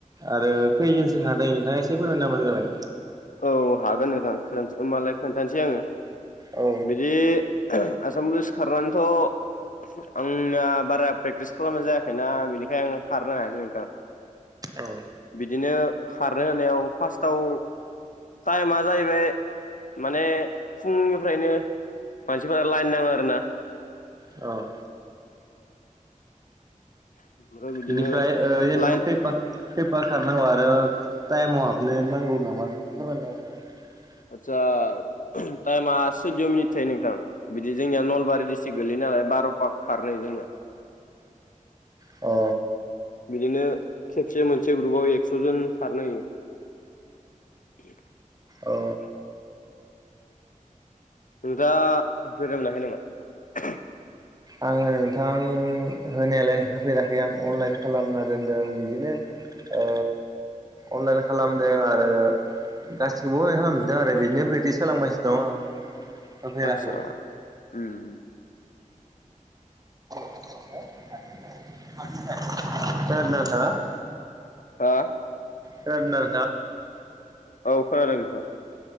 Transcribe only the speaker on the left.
औ हागोन नोंथां खोनथानोसै होमबालाय खोन्थानोसै आङो
बिदि आसाम पुलिस खारनानैथ' आंना बारा प्रेक्टिस खालामनाय जायाखैना बेनिखाय आं खारनो हायासै नोंथां
बिदिनो खारनो होनायाव फार्स्टआव टाइमा जाहैबाय माने फुंनिफ्रायनो मानसिफोरा लाइन नाङो आरो ना?
ओमफ्राय बिदिनो
लाइन
आदचसा टाइमा सैद मिनिट थायो नोंथां बिदि जोंनिया नलबारि डिस्ट्रिक्ट गोलैयो नालाय बार'फा खारनाय जाङो
बिदिनो खेबसे मोनसे ग्रुपाव एक्सजन खारनो होयो मंा स
न <inaudible> नोथाङा बेरायनो मोनाखै नामा
आतसा ओम
हा
औ खोनादों नोंथां